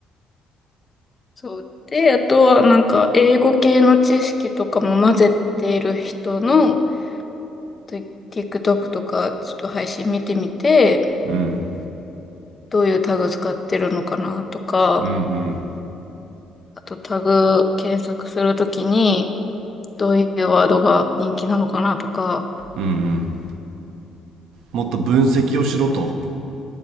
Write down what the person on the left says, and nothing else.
そう。で、あとはなんか、英語系の知識とかも混ぜてる人の、と TikTok とか、ちょっと配信見てみて、
どういうタグ使ってるのかなとか、
あとタグ検索するときに、どういうワードが人気なのかなとか、